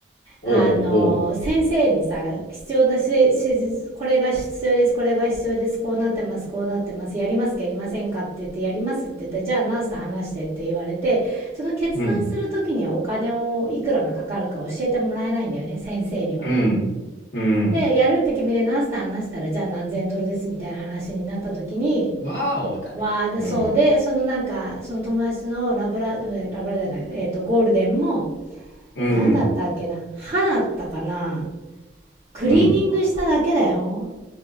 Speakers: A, on the left (about 55°); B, on the right (about 35°).
A: おう。
B: あの先生にさ必要なし施これが必要ですこれが必要ですこうなってますこうなってますやりますかやりませんかって言ってやりますって言ってじゃあナースと話してって言われてその決断する時にはお金をいくらがかかるか教えてもらえないんだよね先生には。
A: うん。うん。うん。
B: でやるって決めてナースと話したらじゃあ何千ドルですみたいな話になった時に
A: ワーオだね。
B: わあでそうでそのなんかその友達のラブララブラじゃない、
A: うん。
B: えー、とゴールデンも
A: うん。
B: 何だったっけな歯だったかなクリーニングしただけだよ。
A: うん。